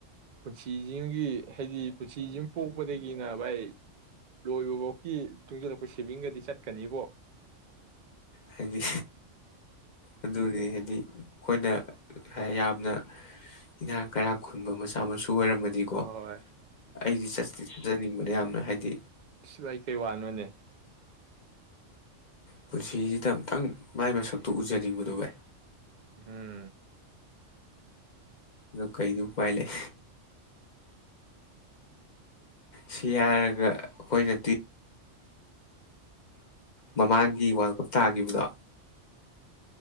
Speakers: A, on the right (about 55°); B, on the left (about 40°).
A: ꯄꯨꯟꯁꯤꯁꯤꯡꯒꯤ ꯍꯥꯏꯗꯤ ꯄꯨꯟꯁꯤꯁꯤ ꯄꯣꯛꯄꯗꯒꯤꯅ ꯚꯥꯏ ꯂꯣꯏꯕꯐꯧꯀꯤ ꯇꯨꯡꯁꯤꯜꯂꯛꯄ ꯁꯦꯚꯤꯡꯒꯗꯤ ꯆꯠꯀꯅꯤꯕꯣ
B: ꯍꯥꯏꯗꯤ ꯑꯗꯨꯅꯤ ꯍꯥꯏꯗꯤ ꯑꯩꯈꯣꯏꯅ ꯌꯥꯝꯅ ꯏꯅꯥꯛ ꯀꯩꯔꯥꯛ ꯈꯨꯟꯕ ꯃꯆꯥ ꯃꯁꯨ ꯨ ꯑꯣꯏꯔꯝꯃꯗꯤꯀꯣ
A: ꯍꯣꯏ
B: ꯑꯩꯗꯤ ꯆ ꯆꯠꯆꯅꯤꯡꯕꯅ ꯌꯥꯝꯅ ꯍꯥꯏꯗꯤ
A: ꯁꯤꯚꯏ ꯀꯩ ꯋꯥꯅꯣꯅꯦ
B: ꯄꯨꯟꯁꯤꯁꯤꯗ ꯑꯃꯨꯛꯇꯪ ꯃꯥꯏ ꯃꯁꯛꯇꯨ ꯎꯖꯅꯤꯡꯕꯗꯨ ꯚꯥꯏ
A: ꯎꯝ
B: ꯑꯗꯣ ꯀꯩꯗꯤ ꯎꯄꯥꯏ ꯂꯩ ꯁꯤ ꯍꯥꯏꯔꯒ ꯑꯩꯈꯣꯏꯅ ꯇꯤ ꯃꯃꯥꯡꯒꯤ ꯋꯥꯔꯜ ꯀꯞ ꯊꯥꯈꯤꯕꯗꯣ